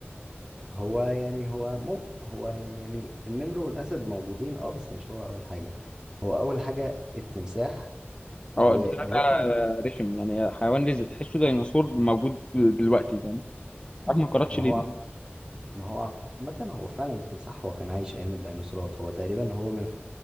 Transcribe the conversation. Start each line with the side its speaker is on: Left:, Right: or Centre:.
Right: هو يعني هو مو هو يعني النمر والاسد موجودين اه بس مش هو اول حاجه هو اول حاجه التمساح
Left: أو
Right: والرقم
Left: ده بقى رخم يعني حيوان رزق تحسه ديناصور موجود دلوقتي فاهم عارف ما قراتش
Right: ما
Left: ليه
Right: هو
Left: ده
Right: عم ما هو عامه هو فعلا التمساح هو كان عايش ايام الديناصورات هو تقريبا هو من